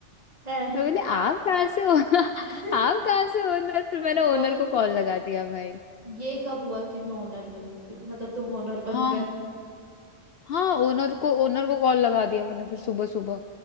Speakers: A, on the right; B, on the left.
A: है
B: मैं बोली आप कहाँ से हो <laughs>
A: <laughs>
B: आप कहाँ से ओनर फिर मैंने ओनर
A: बोल
B: को
A: ना,
B: कॉल लगा दिया भाई
A: ये कब हुआ कि मैं ओनर बन मतलब तुम ओनर
B: हाँ
A: बन गए
B: हाँ ओनर को ओनर को कॉल लगा दिया मैंने
A: हम्म
B: फिर सुबह सुबह